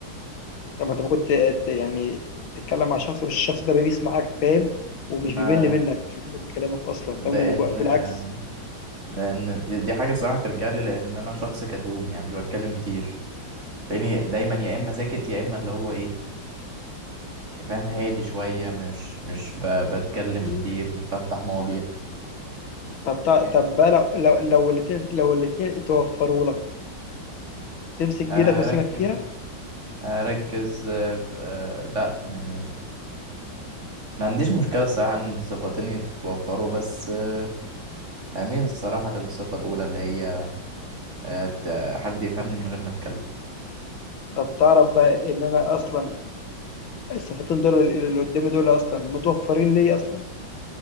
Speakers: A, on the left; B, on the right.
A: طب ما انت ممكن ت- ت- يعني تتكلم مع شخص والشخص ده بيسمعك فاهم ومش
B: ما-
A: بيمل منك مش بيمل من كلامك اصلا
B: لأن
A: فاهم وبالعكس
B: لأن دي, دي حاجة الصراحة ترجع لي لأن أنا شخص كتوم يعني مش بتكلم كتير تلاقيني دايما يا اما ساكت يا اما اللي هو ايه يعني فاهم هادي شويه مش مش ب... بتكلم
A: مم.
B: كتير مش بفتح مواضيع
A: طب تع-
B: كده.
A: طب بقى لو لو لو الاتنين لو الاتنين توفروا لك تمسك بيدك
B: اركز
A: وسنك فيها
B: اركز آه، آه، لا يعني ما عنديش مشكله الصراحه ان صفتين يتوفروا بس آه، هميل الصراحه للصفه الاولى اللي هي آه، ت- حد يفهمني من غير ما اتكلم
A: طب تعرف بقى ان انا اصلا الصفتين دول اللي اللي قدامي دول اصلا متوفرين لي اصلا